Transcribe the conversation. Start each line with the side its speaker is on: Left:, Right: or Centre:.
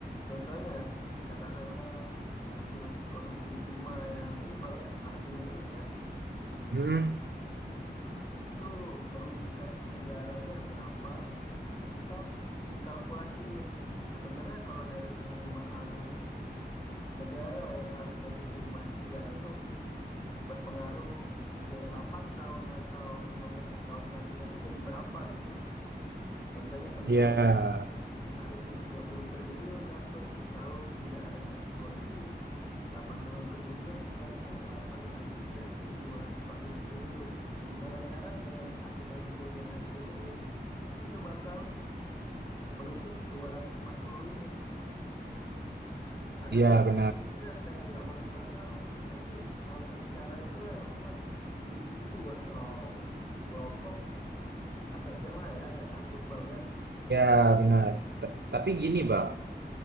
Left: contohnya katakanlah kasus korupsi timah yang ini bang ya Harvey Muiz ya
Right: Mm-mm,
Left: itu merugikan negaranya berapa Ntar dikalkulasiin. Sebenarnya kalau dari penerimaan negara yang harusnya diterima sekian itu berpengaruh ke 8 tahun atau 15 tahun selanjutnya itu jadi berapa gitu. Contohnya penerimaan
Right: ya,
Left: negara yang harusnya 30 triliun dapat kalau tidak ada kasus korupsi 8 tahun kemudian dikalilah 8 kali 3 jadi 240 triliun. Gimana caranya aset yang dipunyai Harvey Muiz itu bakal menutup 240 ini. Kadang
Right: ya benar.
Left: kira kayak nggak masuk akal, tapi salah satu cara itulah yang membuat individu atau kelompok agak jera ya, agak takut bang ya,
Right: Ya benar. Ta- tapi gini Bang,